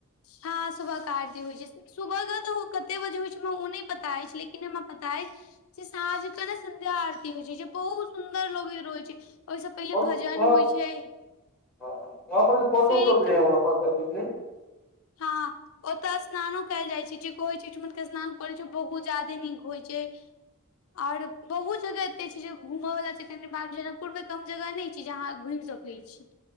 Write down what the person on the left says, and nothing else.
हँ सुबह क दी होइ छै सुबह के तऽ कते बजे होइ छै हमरा ओ नहि पता अछि लेकिन हमरा पता अछि से सांझके ने सन्ध्या आरती होइ छै जे बहुत सुन्दर लगैत रहै छै ओहिसँ पहिले
भजन
होइ छै
फेर एकटा
हँ ओतय स्नानो कयल जाइ छै जे कहैत छै ओइठमन के स्नान करैत छै ओ बहुत ज्यादे नीक होइत छै और बहुत जगह एते छै जे घूमय वाला छै कनिबा जनकपुर मे कम जगह नै चिज आहाँ घुइम सकेय छिये